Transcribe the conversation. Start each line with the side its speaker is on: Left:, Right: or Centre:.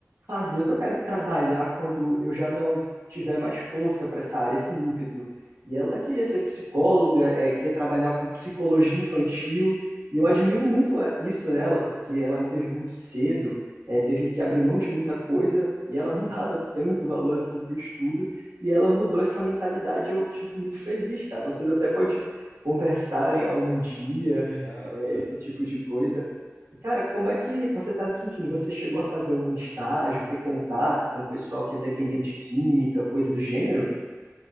Right: fazer, o que eu quero trabalhar quando eu já não tiver mais força para essa área, esse ímpeto? E ela queria ser psicóloga, eh, queria trabalhar com psicologia infantil, e eu admiro muito a- isso nela, porque ela me teve muito cedo, eh, teve que abrir mão de muita coisa, e ela não <laughs> dava tanto valor assim para o estudo, e ela mudou essa mentalidade, eu fico muito feliz, cara. Vocês até podem conversarem algum dia,
Left: Que legal,
Right: é,
Left: cara!
Right: esse tipo de coisa. E, cara, como é que você está se sentindo? Você chegou a fazer algum estágio, ter contato com o pessoal que é dependente química, coisa do gênero?